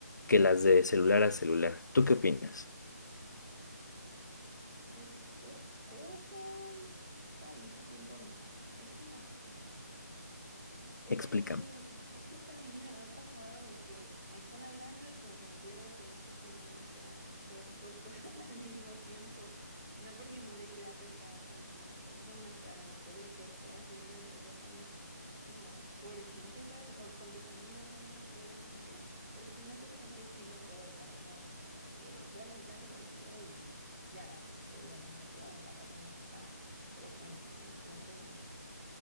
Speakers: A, on the left (about 75°); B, on the right (about 20°).
A: que las de celular a celular. ¿Tú qué opinas?
B: como que estoy de acuerdo, pero al mismo tiempo no, es que no sé. Es que
A: Explícame.
B: a mí, es que también me ha pasado de que me están hablando y como que me pierdo, pero es porque yo no sé hacer dos cosas <laughs> al mismo tiempo. No porque no le quiera prestar atención a la persona, pero a lo mejor lo que estoy haciendo en el teléfono es como urgente para- o contestando un mensaje urgente, porque si no es urgente sí lo puedo dejar de lado. O sea, de que veo el mensaje, lo bloqueo y ya estoy hablando con la persona que está presente, ¿no? Enfrente de mí.